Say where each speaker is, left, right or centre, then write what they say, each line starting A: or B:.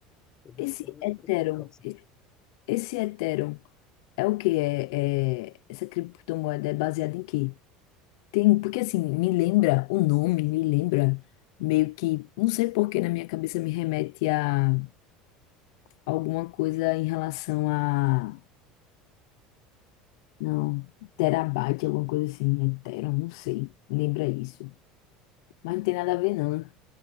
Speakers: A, on the left; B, on the left.
A: O Bitcoin
B: Esse
A: é
B: Ethereum,
A: o principal. assim.
B: esse Ethereum é o quê? É, é- essa criptomoeda é baseada em quê? Tem, porque assim, me lembra o nome, me lembra meio que, não sei por que na minha cabeça me remete a alguma coisa em relação a, não, terabyte, alguma coisa assim, é tera, não sei, lembra isso. Mas não tem nada a ver não, né?